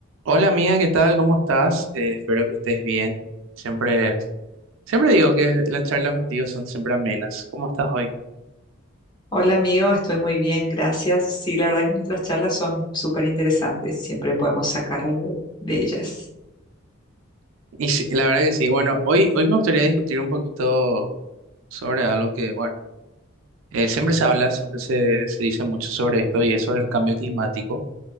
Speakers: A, on the right (about 70°); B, on the left (about 20°).
A: Hola amiga, ¿qué tal? ¿Cómo estás? Eh, espero que estés bien. Siempre, siempre digo que las charlas contigo son siempre amenas. ¿Cómo estás hoy?
B: Hola amigo, estoy muy bien, gracias. Sí, la verdad que nuestras charlas son súper interesantes, siempre podemos sacar algo de ellas.
A: Y sí, la verdad que sí. Bueno, hoy, hoy me gustaría discutir un poquito sobre algo que, bueno, eh, siempre se habla, siempre se, se dice mucho sobre esto y es sobre el cambio climático.